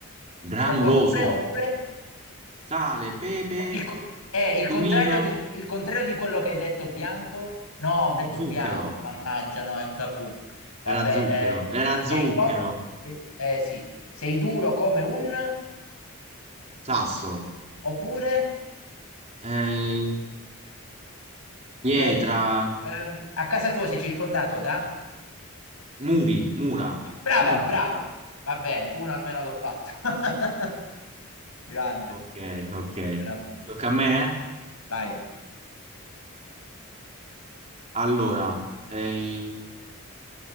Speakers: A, on the right; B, on the left.
A: granuloso,
B: Opp- Oppure, oppure?
A: sale, pepe,
B: Il, co- eh, il
A: cumino,
B: contrario di, il contrario di quello che hai detto bianco? No, ho detto
A: zucchero.
B: bianco, mannaggia, no, è un tabù. Vabbè,
A: Era zucchero,
B: eh,
A: era zucchero,
B: sei to- eh, sì, sei duro come un...
A: sasso,
B: Oppure
A: eh, pietra,
B: le- ehm, a casa tua sei circondato da...
A: muri, mura,
B: Brava,
A: muro.
B: bravo. Va bene, uno almeno l'ho fatto. <laughs> Grande.
A: Ok, ok.
B: Era un-
A: Tocca a me? eh?
B: Vai.
A: Allora, eh,